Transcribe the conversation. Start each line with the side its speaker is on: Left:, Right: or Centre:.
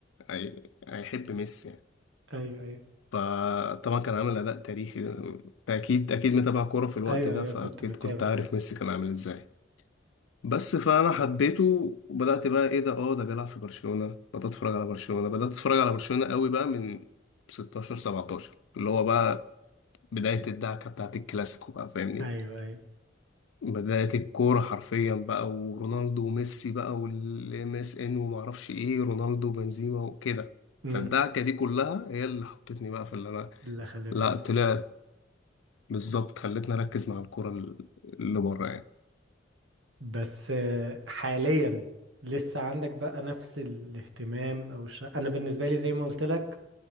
Left: هي- هيحب ميسي يعني.
Right: ايوه ايوه
Left: فطبعا كان عامل اداء تاريخي أنت اكيد اكيد متابع كوره في الوقت
Right: ايوه
Left: ده
Right: ايوه
Left: فاكيد
Right: كنت بتابع
Left: كنت عارف
Right: ساعتها
Left: ميسي كان عامل ازاي بس فانا حبيته وبدات بقى ايه ده اه ده بيلعب في برشلونه بدات اتفرج على برشلونه بدات اتفرج على برشلونه قوي بقى من 16 17 اللي هو بقى بدايه الدعكه بتاعت الكلاسيكو بقى فاهمني
Right: ايوه ايوه
Left: بدايه الكوره حرفيا بقى ورونالدو وميسي بقى والام اس ان ومعرفش ايه رونالدو وبنزيما وكده
Right: امم
Left: فالدعكه دي كلها هي اللي حطتني بقى في اللي انا
Right: اللي خلتك
Left: لا طلع بالظبط خلتني اركز مع الكرة ال- اللي بره يعني
Right: بس آه، حاليا لسه عندك بقى نفس الاهتمام او الش... انا بالنسبه لي زي ما قلت لك